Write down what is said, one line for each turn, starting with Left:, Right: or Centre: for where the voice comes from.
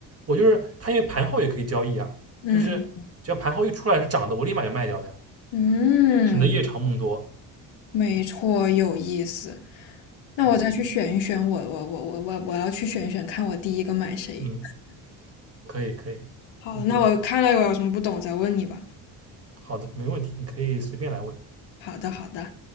Right: 我就是它因为盘后也可以交易啊，
Left: 嗯
Right: 就是只要盘后一出来是涨的，我立马就卖掉了呀，
Left: 嗯，
Right: 省得夜长梦多。
Left: 没错，有意思。那我再去选一选我，
Right: 嗯
Left: 我我我我我要去选一选，看我第一个买谁。
Right: 嗯，可以可以，
Left: 好，
Right: 嗯，
Left: 那我看到我有什么不懂再问你吧。
Right: 好的，没问题，你可以随便来问。
Left: 好的，好的。